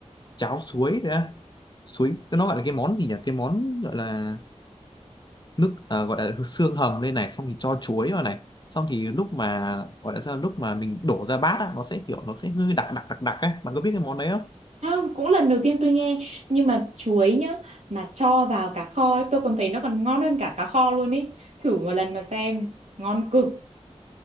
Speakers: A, on the left (about 35°); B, on the right (about 70°).
A: cháo suối đấy á. suối nó gọi là cái món gì nhỉ cái món gọi là nước à, gọi là xương hầm lên này xong thì cho chuối vào này xong thì lúc mà gọi là sao lúc mà mình đổ ra bát á, nó sẽ kiểu nó sẽ hơi đặc đặc đặc đặc ấy bạn có biết cái món đấy không
B: Không, cũng lần đầu tiên tôi nghe nhưng mà chuối nhá mà cho vào cá kho ấy, tôi còn thấy nó còn ngon hơn cả cá kho luôn ấy thử một lần mà xem ngon cực